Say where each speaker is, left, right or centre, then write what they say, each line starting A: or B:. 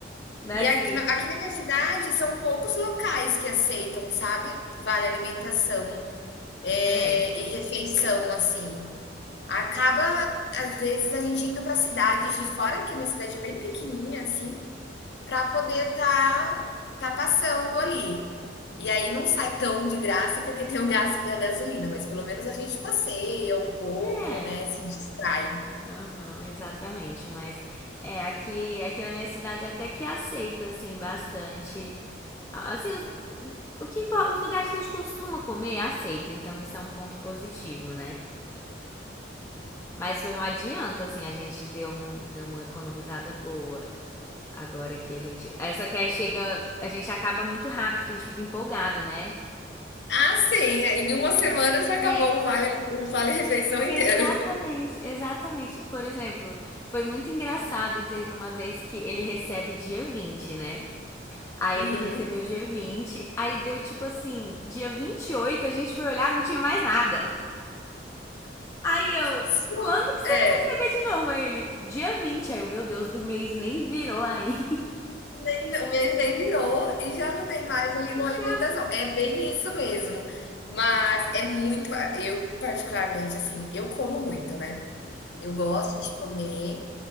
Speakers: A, on the left; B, on the left.
A: Mas,
B: E aqui
A: Assim,
B: na aqui na minha cidade são poucos locais que aceitam, sabe, vale alimentação, eh,
A: é.
B: e refeição, assim. Acaba, às vezes, a gente indo para cidades de fora, que a minha cidade é bem pequenininha, assim, para poder estar estar passando ali. E aí não sai tão de graça, porque tem o gasto da gasolina, mas pelo menos a gente passeia um pouco,
A: É.
B: né, se distrai.
A: Aham, exatamente. Mas é, aqui, aqui na minha cidade até que aceita, assim, bastante. A- Assim, os, o que, impo- os lugares que a gente costuma comer aceita, então isso é um ponto positivo, né? Mas foi um adianto, assim, a gente deu, um, deu uma economizada boa. Agora que a gente. É só que aí chega. A gente acaba muito rápido, que a gente fica empolgado, né?
B: Ah, sim, aí em uma semana já acabou
A: É,
B: o vale o vale refeição inteiro.
A: Exatamente, exatamente. Por exemplo, foi muito engraçado. Teve uma vez que ele recebe dia 20 né? Aí
B: Uhum.
A: ele recebeu dia 20 aí deu tipo assim, dia 28 a gente foi olhar, não tinha mais nada. Aí eu,
B: Sua-
A: quando que você
B: É,
A: vai receber de novo? Aí ele, dia vinte Aí eu, meu Deus, do mês nem virou ainda.
B: nem- o meu nem virou e já não tem mais ali no
A: associado.
B: alimentação. É bem isso mesmo. Mas é muito. Eu, particularmente, assim, eu como muito, né? Eu gosto de comer.